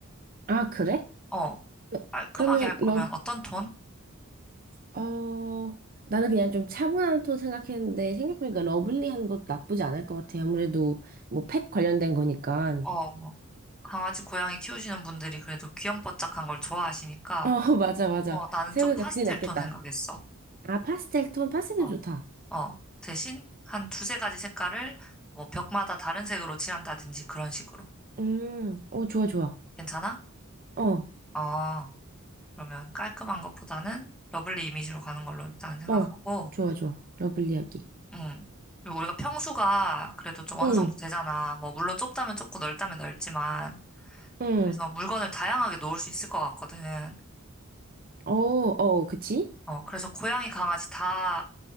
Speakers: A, on the right; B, in the centre.
A: 아, 그래?
B: 어,
A: 그-
B: 깔끔하게
A: 그러면,
B: 할 거면
A: 러,
B: 어떤 톤?
A: 어, 나는 그냥 좀 차분한 톤 생각했는데, 생각해보니까 러블리한 것도 나쁘지 않을 것 같아. 아무래도, 뭐, 펫 관련된 거니까.
B: 어, 뭐 강아지, 고양이 키우시는 분들이 그래도 귀염뽀짝한 걸 좋아하시니까.
A: 어, <laughs> 맞아, 맞아.
B: 어, 나는
A: 생각해보니까
B: 좀 파스텔
A: 그게 낫겠다.
B: 톤 생각했어.
A: 아, 파스텔 톤, 파스텔
B: 어,
A: 좋다.
B: 어, 대신 한 두세 가지 색깔을 뭐 벽마다 다른 색으로 칠한다든지 그런 식으로.
A: 음, 어, 좋아, 좋아.
B: 괜찮아?
A: 어.
B: 어, 그러면 깔끔한 것보다는 러블리 이미지로 가는 걸로 일단 생각하고,
A: 어, 좋아, 좋아. 러블리 이야기.
B: 음. 그리고 우리가 평수가 그래도 좀 어느
A: 응,
B: 정도 되잖아. 뭐, 물론 좁다면 좁고 넓다면 넓지만,
A: 응.
B: 그래서 물건을 다양하게 놓을 수 있을 것 같거든.
A: 어, 어, 그치?
B: 어, 그래서 고양이, 강아지 다,